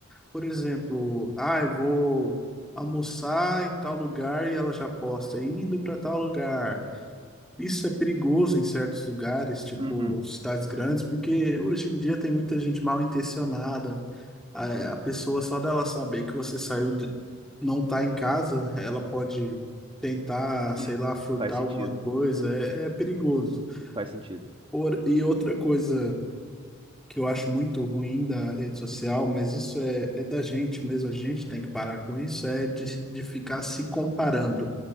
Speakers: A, in the centre; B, on the right.
A: Por exemplo, ah, eu vou almoçar em tal lugar e ela já posta indo para tal lugar. Isso é perigoso em certos lugares, tipo
B: uhum,
A: cidades grandes, porque hoje em dia tem muita gente mal intencionada a, a pessoa, só dela saber que você saiu de, não tá em casa, ela pode tentar,
B: uhum.
A: sei lá, furtar
B: Faz sentido,
A: alguma coisa, é, é perigoso.
B: faz sentido.
A: Por, e outra coisa que eu acho muito ruim da rede social, mas isso é, é da gente mesmo, a gente tem que parar com isso, é de, de ficar se comparando.